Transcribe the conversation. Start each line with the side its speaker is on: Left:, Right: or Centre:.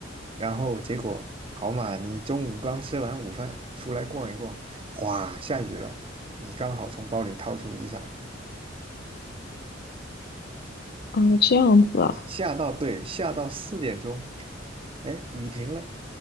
Right: 然后结果好嘛，你中午刚吃完午饭出来逛一逛，哗，下雨了，你刚好从包里掏出雨伞。
Left: 哦，这样子啊，
Right: 下到对，下到四点钟，哎，雨停了，